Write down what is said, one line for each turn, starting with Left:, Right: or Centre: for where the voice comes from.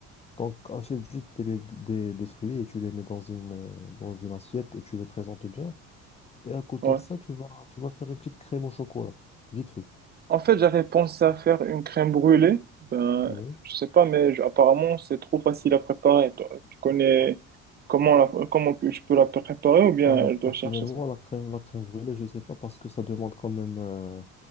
Left: Donc, achète juste des, lég- des, des fruits et tu les mets dans une, euh, dans une assiette et tu les présentes bien. Et à côté
Right: ouais.
Left: de ça, tu vas, tu vas faire une petite crème au chocolat, vite fait.
Right: En fait, j'avais pensé à faire une crème brûlée. Ben,
Left: Oui.
Right: je sais pas, mais je- apparemment, c'est trop facile à préparer. Toi, tu connais comment la, comment je peux la préparer ou bien
Left: Alors,
Right: je
Left: personnellement,
Right: dois chercher ça?
Left: la crème, la crème brûlée, je ne sais pas parce que ça demande quand même, euh,